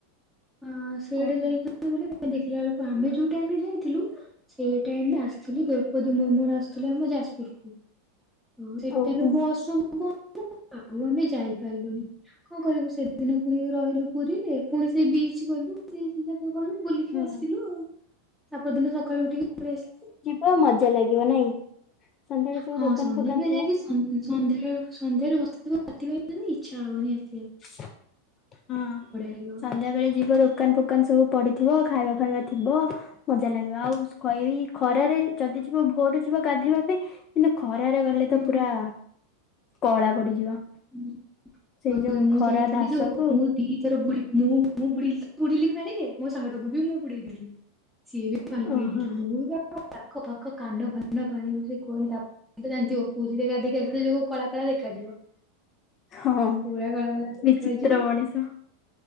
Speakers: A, in the centre; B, on the left (about 35°).
A: ହଁ ସେଆଡ଼େ
B: ଓହୋ
A: ଯାଇଥାନ୍ତୁ ବୁଲି ଦେଖିଲା ବେଳକୁ ଆମେ ଯୋଉ ଟାଇମିରେ ଯାଇଥିଲୁ ସେଇ ଟାଇମିରେ ଆସିଥିଲି ଦ୍ରୌପତି ମୁର୍ମୁ ଆସିୁଥିଲେ ଆମ ଯାଜପୁରୁକୁ। ହଁ ସେଇ
B: ଓହୋ
A: ଟାଇମରେ ବସ ସବୁବନ୍ଦ ଆଉ ଆମେ ଯାଇନୁ। ଗଲୁଣି କଣ କରିବୁ ସେଦିନ ପୁଣି ରହିଲୁ ପୁରୀରେ ପୁଣି ସେଇ ବିଚ ଗଲୁ। ବିଚ୍ ଯାକ ଗଲୁ ବୁଲିକି
B: ହଁ।
A: ଆସିଲୁ ଆଉ ତାପରଦିନ ସଖାଳୁ ଉଠିକି ପଳେଇ ଆସି
B: ବହୁ ମଜା ଲାଗିବ ନାଇଁ ସନ୍ଧ୍ୟାବେଳେ ସବୁ
A: ହଁ
B: ଦୋକାନ
A: ସନ୍ଧ୍ୟାବେଳେ
B: ଫୋକାନ ଥିବ
A: ଯାଇଁକି
B: ନା।
A: ସ ସନ୍ଧ୍ୟାବେଳୁ ସନ୍ଧ୍ୟାରୁ ବସିଥିବ ରାତି ପାଇଁ ଇଚ୍ଛା ହବନି ଆସି
B: ହଁ
A: ଲାଗିବ।
B: ସନ୍ଧ୍ୟାବେଳେ ଯିବ ଦୋକାନ ଫୋ ଦୋକାନ ସବୁ ପଡିଥିବ ଖାଇବା ଫାଇବା ଥିବ। ମଜା ଲାଗିବ ଆଉ ଏଇ ଖରାରେ ଯଦି ଯିବ ଭୋରରୁ ଯିବ ଗାଧେଇବା ପାଇଁ। କିନ୍ତୁ ଖରାରେ ଗଲେତ
A: ହୁଁ।
B: ପୁରା କଳା ପଡିଯିବ।
A: <unintelligible>
B: ସେଇ ଯୋଉ
A: ମୁଁ
B: ଖରା
A: ଯାଇଥିଲି
B: ଧାସକୁ
A: ଯୋଉ ମୁଁ ଦିଥର ବୁଡି ମୁଁ ବୁଡିଲିତ ବୁଡିଲି ପାଣିରେ ମୋ ସାଙ୍ଗଟାକୁବି ମୁଁ ବୁଡେଇ ଦେଇଥିଲି ସିଏ ବି ପାଣି ପୁରେଇ
B: ଓହୋ।
A: ଦେଇଥିଲି ମୁଁ ବି କାଖ ଫାକ କାନ ଫାନ ପାଣିରେ ସେ କୁହନି ତା ଜାଣିଥିବ ପୁରୀରେ ଗାଧିଇକି ଆସିଲେ ଯୋଉ କଳା କଳା ଦେଖାଯିବ।
B: ହଁ
A: ପୁରା କଳା କଳା ଦେଖାଯିବ।
B: ବିଚିତ୍ର ମଣିଷ।